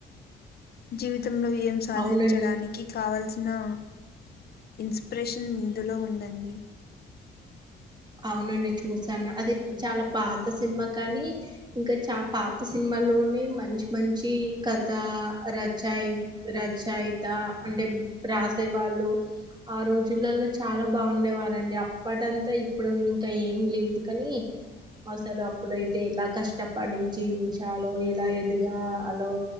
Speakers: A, on the left; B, on the right.
A: జీవితంలో ఏం సాధించడానికి
B: అవునండి
A: కావల్సిన న ఇన్స్ ప్రేషన్ ఇందులో ఉందండి
B: అవునండి చూసాను అది చాలా పాత సినిమా కాని ఇంకా చ పాత సినిమాలో నేన్ మంచి మంచి కథ రచయి రచయిత అంటే రాసేవాళ్ళు ఆ రోజులలో చాలా బాగుండేవారండి అప్పటంతా ఇ ప్పుడు ఇంకా ఏం లేదు కాని అసలు అప్పుడైతే ఎలా కష్టపడి జీవించాలో ఎలా ఎదగాలో